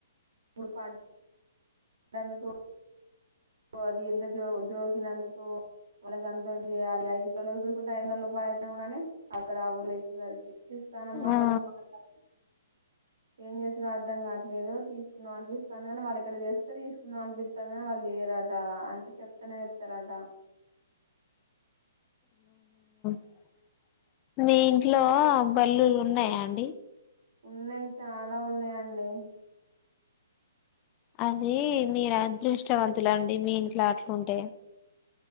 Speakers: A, on the right (about 70°); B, on the left (about 25°).
A: మడుపా బందుకు అది ఎంత జో జోకినందుకు మనకి ఎంత చేయాలి ఐదు పిల్లలు చూసుకుంటే ఐదు వందల రూపాయ అతంగాని అక్కడ ఆ ఊరు వచ్చే గారికి చూస్తాన మళ్ళ
B: ఆ
A: ఒక మాట్డు ఏం చేసినా అర్థం కావట్లేదు తీసుకుందాం అనిపిస్తాంది కాని వాళ్ళు అక్కడ చేస్తే తీసుకుందాం అనిపిత్తాంది కాని వాళ్ళు చేయరా డా అంటే చెప్తనే చెప్తారట
B: <inaudible> మీ ఇంట్లో బల్లులు ఉన్నాయ అండి
A: ఉన్నాయి చాలా ఉన్నాయండి
B: అవి మీరు అదృష్టవంతుల అండి మీ ఇంట్లో అట్లుంటే